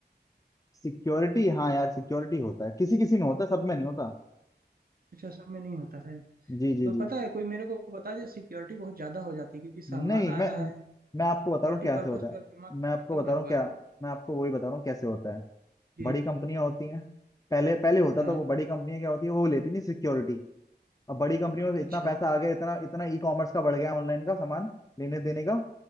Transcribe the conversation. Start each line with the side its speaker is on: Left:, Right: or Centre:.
Left: सिक्योरिटी हाँ यार सिक्योरिटी होता है किसी किसी में होता है सब में नहीं होता
Right: अच्छा सब में नहीं होता है
Left: जी जी
Right: तो
Left: जी
Right: पता है कोई मेरे को बता दे सिक्योरिटी बहुत ज्यादा हो जाती है क्योंकि सामान
Left: नहीं
Right: आ
Left: मैं
Right: रहा है
Left: मैं आपको
Right: सिक्योरिटी
Left: बता रहा हूँ कैसे
Right: पर्पस
Left: होता
Right: पे
Left: है
Right: आप जमा करेंगे
Left: मैं आपको
Right: तब
Left: बता
Right: ना
Left: रहा
Right: होगा
Left: हूँ क्या मैं आपको वही बता रहा हूँ कैसे होता है
Right: जी
Left: बड़ी
Right: जी
Left: कंपनियां होती हैं पहले पहले होता
Right: हाँ
Left: था वो बड़ी कंपनियां क्या होती है वो लेती नहीं सिक्योरिटी अब बड़ी कंपनियों में इतना
Right: अच्छा
Left: पैसा आ गया इतना इतना ई कॉमर्स का बढ़ गया ऑनलाइन का सामान लेने देने का